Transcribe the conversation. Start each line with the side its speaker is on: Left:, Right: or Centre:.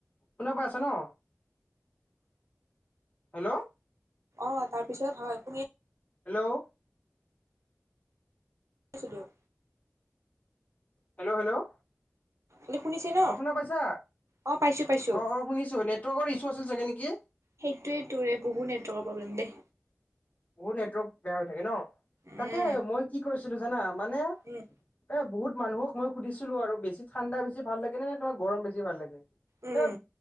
Left: শুনা পাইছ ন? হেল্ল,।
Right: অ তাৰপিছত হয় তুমি।
Left: হেল্ল',।
Right: ছ দিয়ক।
Left: হেল্ল', হেল্ল',
Right: ল শুনিছে ন?
Left: অ শুনা পাইছা
Right: অ', পাইছো পাইছো।
Left: অ অ শুনিছো, নেটৱৰ্কৰ ইচু আছে চাগে নেকি।
Right: সেইটোৱেটো বহুত নেটৱৰ্কৰ প্ৰব্লেম দেই।
Left: বহুত নেটৱৰ্ক বেয়া হৈ থাকে ন।
Right: উম,
Left: তাকে মই কি কৰিছিলো জানা, মানে
Right: উম,
Left: এ বহুত মানুহক মই সুধছিলো আৰু বেছিঠাণ্ডা বেছি ভাল লাগে নে, তোৰ গৰম ভাল লাগে?
Right: উম।
Left: এ